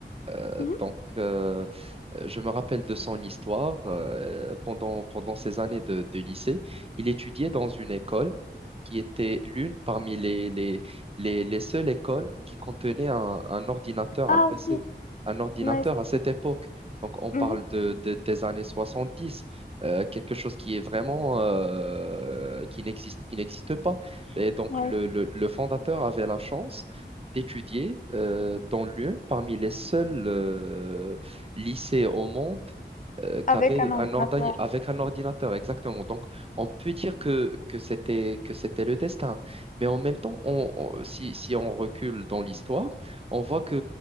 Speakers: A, on the right; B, on the left.
A: Euh,
B: Mhm.
A: donc, euh, je me rappelle de son histoire. Euh, pendant, pendant ses années de, de lycée, il étudiait dans une école qui était l'une parmi les, les, les, les seules écoles qui contenait un, un ordinateur,
B: Ah
A: un PC,
B: oui,
A: un ordinateur
B: oui, c'est
A: à cette
B: ça.
A: époque. Donc, on
B: Mhm.
A: parle de, de- des années 70, euh, quelque chose qui est vraiment, euh, qui n'existe, qui n'existe pas. Et donc,
B: Oui.
A: le, le, le fondateur avait la chance d'étudier euh, dans l'une parmi les seuls euh, lycées au monde euh, qu'avait
B: Avec un
A: un
B: ordinateur.
A: ordi avec un ordinateur, exactement. Donc, on peut dire que, que c'était, que c'était le destin. Mais en même temps, on- on- si, si on recule dans l'histoire, on voit que